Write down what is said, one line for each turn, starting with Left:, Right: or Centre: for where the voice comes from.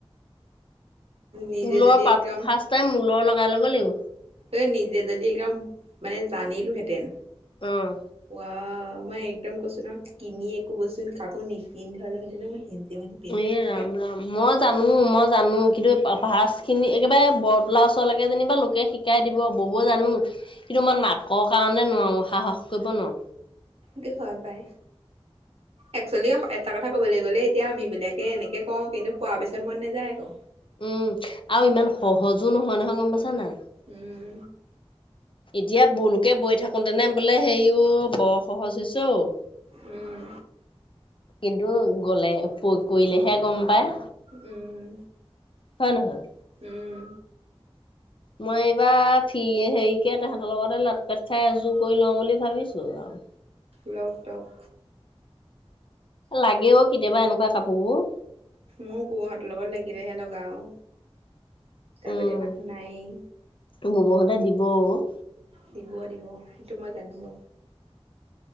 Right: নিজে
Left: ঊলৰ
Right: যদি
Left: পাত
Right: একদম
Left: ফাৰ্ষ টাইম ঊলৰ লগ ভাল ল'ব লাগিব
Right: এ নিজে যদি একদম মানে জানিলোহেঁতেন।
Left: অ
Right: কোৱা অ মই একদম কৈছো ন কিনি একো বস্তু কাকো নিপিন্ধে হলেহেতেো মই মানে পিন্ধি
Left: এ ৰাম ৰাম মই জানো মই জানো কিন্তু পাহ খিনি একেবাৰে বৰৰতলাৰ ওচৰলৈকে যেনিবা লোকে শিকাই দিব ববুৱে জানো কিন্তু আমাৰ নাকৰ কাৰণে নোৱাৰো সাহস কৰিব নোৱাৰো।
Right: স ভাল পাই একচেলি এটা কথা কবলৈ গ'লে এতিয়া আম বিলাকে এনেকে কওঁ কিন্তু পোৱাৰ পিছত মন নেযায় আকৌ
Left: উম আৰু ইমান সহজো নহয় নহয় গম পাইছা না
Right: উম
Left: এতিয়া বুলোকে বৈ থাকোতেনে বোলে হেৰিও বৰ সহজ হৈছে উ',
Right: উম।
Left: কিন্তু গ'লে কৰিলেহে গম পায়।
Right: উম।
Left: হয় নহয়।
Right: উম।
Left: মই এইবাৰ ফ্ৰী হেৰিকে তহঁতৰ লগতে লাট পেট খাই এযোৰ কৰি লওঁ বুলি ভাবিছো আৰু।
Right: লক গক।
Left: লাগে অ' কেতিয়াবা এনেকুৱা কাপোৰ। বোৰ।
Right: ময়ো বৈ হতৰ লগত লাগিলেহে লগা আৰু। তাৰ
Left: উম
Right: বাদে মানুহ নাইয়েই।
Left: ববৌহঁতে দিব অ',
Right: দিব-দিব সেইটো মই জানো ন।